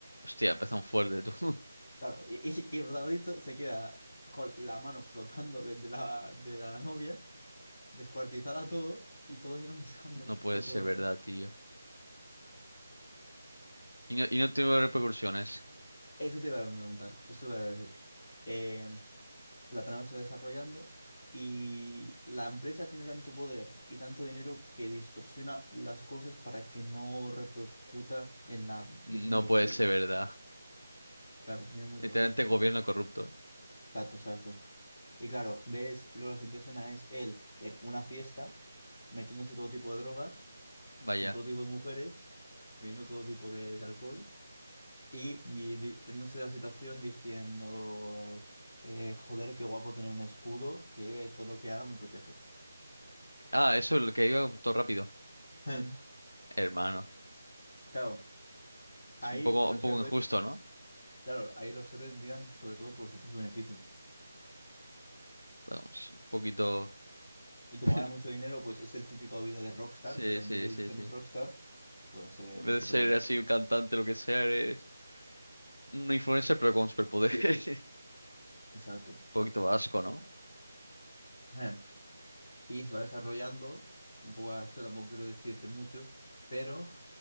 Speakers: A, on the left; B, on the left.
A: Hostia, empezó fuerte, tú. <laughs>
B: Claro, y, y- y el protagonista se queda con la mano flotando de, de la, de la novia, descuartizada todo y todo lleno de sangre
A: No puede
B: por
A: ser
B: todos
A: verdad,
B: lados.
A: tío. Y no, y no tiene repercusiones.
B: Eso te iba a preguntar, esto te iba a decir. Em, La trama se va desarrollando y la empresa tiene tanto poder y tanto dinero que distorsiona las cosas para que no repercuta en la visión
A: No
B: de los
A: puede
B: héroes.
A: ser verdad.
B: Claro, tiene mucho
A: Literalmente
B: poder, etcétera.
A: gobierno corrupto, eh.
B: Exacto, exacto. Y claro, ves, luego la siguiente escena es él en una fiesta, metiéndose todo tipo de drogas,
A: Vaya.
B: con todo tipo de mujeres, bebiendo todo tipo de, de alcohol y vi- di- teniéndose de la situación diciendo, eh, joder, qué guapo tener un escudo que todo lo que haga me protege.
A: Ah, eso es lo que iba todo rápido.
B: Hmm.
A: Hermano.
B: Claro, ahí
A: Es un poco,
B: los
A: un poco
B: héroes,
A: injusto, ¿no?
B: claro, ahí los héroes miran sobre todo por su propio beneficio.
A: Vamos, un poquito.
B: Y como
A: <laughs>
B: gana mucho dinero, pues es el típico vida de rockstar,
A: Sí,
B: pero
A: sí,
B: en vez de
A: sí,
B: ser
A: sí.
B: un rockstar, puede ser
A: En vez
B: un
A: de
B: superhéroe.
A: ser así un cantante, lo que sea, eres un influencer, pero con superpoderes. <laughs>
B: Exacto,
A: Un
B: exacto.
A: poquito asco, ¿no?
B: Em, Y se va desarrollando, un poco a esto tampoco quiero decirte mucho, pero